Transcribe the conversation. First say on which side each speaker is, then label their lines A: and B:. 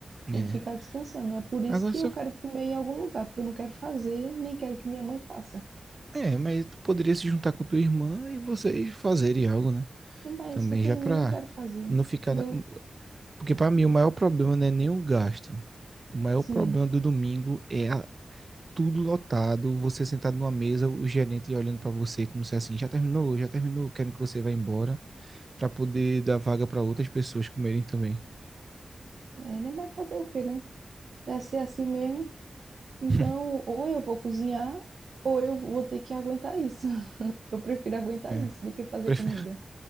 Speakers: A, on the right; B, on the right.
A: Tem
B: É.
A: que ficar descansando. É por isso
B: Agora,
A: que
B: se
A: eu
B: eu-
A: quero comer em algum lugar, porque eu não quero fazer, nem quero que minha mãe faça.
B: é, mas tu poderia se juntar com tua irmã e vocês fazerem algo, né?
A: Não, mas é
B: Também
A: isso que eu tô
B: já
A: dizendo,
B: pra
A: eu não quero fazer.
B: não ficar...
A: Eu,
B: na- Porque pra mim, o maior problema não é nem o gasto. O maior
A: sim,
B: problema do domingo é a tudo lotado, você sentado numa mesa, o gerente olhando para você como se é assim, já terminou, já terminou, querendo que você vá embora, para poder dar vaga para outras pessoas comerem também.
A: é, nem vai fazer o quê, né? Vai ser assim mesmo. Então,
B: <laughs>
A: ou eu vou cozinhar, ou eu vou ter que aguentar isso. <laughs> Eu prefiro aguentar
B: É.
A: isso do que fazer
B: Prefe-
A: comida.